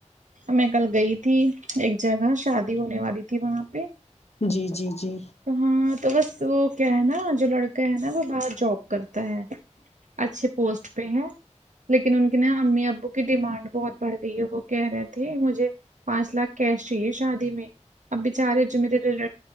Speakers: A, on the right; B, on the left.
A: میں کل گئی تھی ایک جگہ شادی ہونے والی تھی وہاں پہ
B: جی جی جی
A: تو ہاں تو بس وہ کیا ہے نا جو لڑکا ہے نا وہ باہر جاب کرتا ہے اچھے پوسٹ پہ ہیں لیکن ان کے نا امی ابو کی ڈیمانڈ بہت بڑھ گئی ہے وہ کہہ رہے تھے مجھے پانچ لاکھ کیش چاہیے شادی میں اب بیچارے جو میرے ری